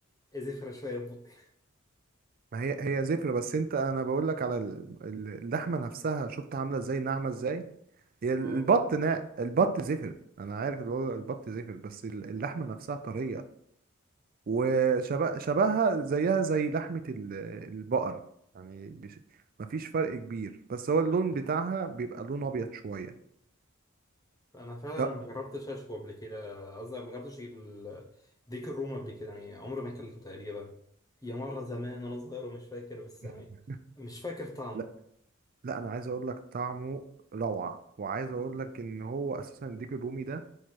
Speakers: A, on the left (about 20°); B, on the right (about 45°).
A: زفرة شوية في بقي
B: ما هي هي زفرة بس انت انا بقول لك على ال- ال- اللحمة نفسها شفت عاملة ازاي ناعمة ازاي هي
A: اه
B: البط نا البط زفر انا عارف اللي هو البط زفر بس ال- اللحمة نفسها طرية وشبه شبهها زيها زي لحمة ال- البقر يعني بش- مفيش فرق كبير بس هو اللون بتاعها بيبقى لون أبيض شوية
A: انا فعلا
B: لا
A: ما جربتش اشوي قبل كده قصدي ما جربتش ال- ديك الروم قبل كده يعني عمري ما اكلته تقريبا هي مره زمان وانا صغير ومش فاكر بس
B: <laughs>
A: يعني مش فاكر طعمه
B: لا لا أنا عايز أقول لك طعمه روعة وعايز أقول لك إن هو أساسا الديك الرومي ده